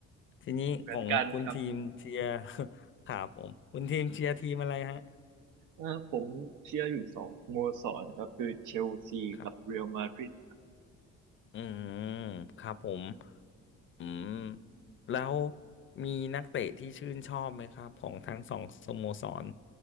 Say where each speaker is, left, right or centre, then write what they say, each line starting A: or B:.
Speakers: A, on the left (about 40°); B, on the right (about 85°).
A: ทีนี้ของคุณทีมเชียร์
B: เหมือนกันครับ
A: <laughs> ครับผมคุณทีมเชียร์ทีมอะไรฮะ
B: เออผมเชียร์อยู่สองสโมสรนะครับคือเชลซีกับเรอัลมาดริด
A: ครับอืมครับผมอืมแล้วมีนักเตะที่ชื่นชอบไหมครับของทั้งสองสโมสร